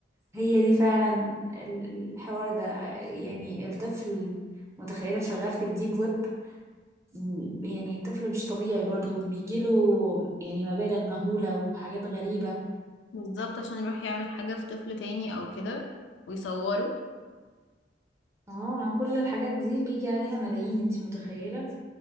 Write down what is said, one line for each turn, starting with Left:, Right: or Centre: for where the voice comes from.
Right: هي دي فعلا ال- ال- الحوار ده يعني الطفل متخيله شغال في الديب ويب م- يعني طفل مش طبيعي برضو بيجيله يعني مبالغ مهوله وحاجات غريبه
Left: بالظبط عشان يروح يعمل حاجة في طفل تاني او كده ويصوره
Right: اه ما كل الحاجات دي بيجي عليها ملايين انتي متخيله